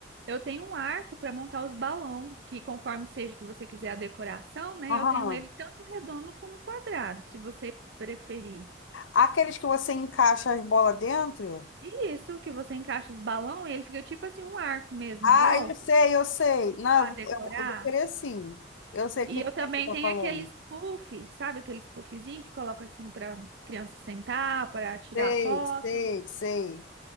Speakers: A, on the right; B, on the left.
A: Eu tenho um arco para montar os balão, que conforme seja que você quiser a decoração, né?
B: Aham.
A: Eu tenho ele tanto redondo como quadrado, se você preferir.
B: Aqueles que você encaixa as bolas dentro?
A: E isso que você encaixa os balão e ele fica tipo assim um arco mesmo
B: Ah,
A: em volta
B: eu sei, eu sei. Não,
A: para
B: eu,
A: decorar.
B: vou- eu, vou eu vou querer sim. Eu sei o
A: E
B: que
A: eu
B: que
A: também
B: você tá
A: tenho
B: falando.
A: aqueles puff, sabe aqueles puffzinho que coloca assim para criança sentar, para tirar
B: Sei,
A: foto.
B: sei, sei.